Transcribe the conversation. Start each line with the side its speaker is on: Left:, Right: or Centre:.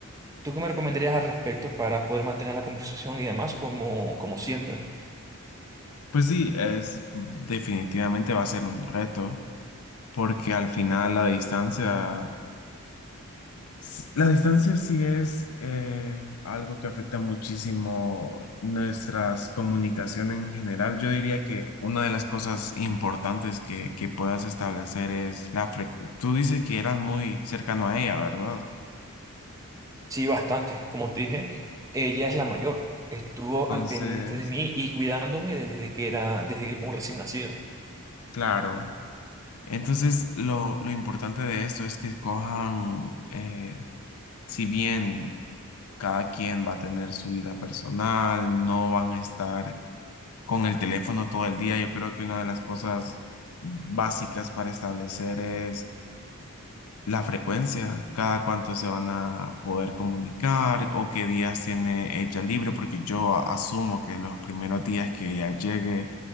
Right: ¿Tú qué me recomendarías al respecto para poder mantener la conversación y demás como, como siempre?
Left: pues sí, es definitivamente va a ser un reto, porque al final la distancia, s- la distancia sí es eh, algo que afecta muchísimo nuestras comunicaciones en general. Yo diría que una de las cosas importantes que, que puedas establecer es la frecuencia. Tú dices que eras muy cercano a ella, ¿verdad?
Right: Sí, bastante. Como te dije, ella es la mayor. Estuvo
Left: Entonces,
Right: al pendiente de mí y cuidándome desde que era, desde un recién nacido.
Left: claro. Entonces, lo, lo importante de esto es que cojan, eh, si bien cada quien va a tener su vida personal, no van a estar con el teléfono todo el día, yo creo que una de las cosas básicas para establecer es la frecuencia, cada cuánto se van a poder comunicar o qué días tiene ella libre, porque yo a- asumo que los primeros días que ella llegue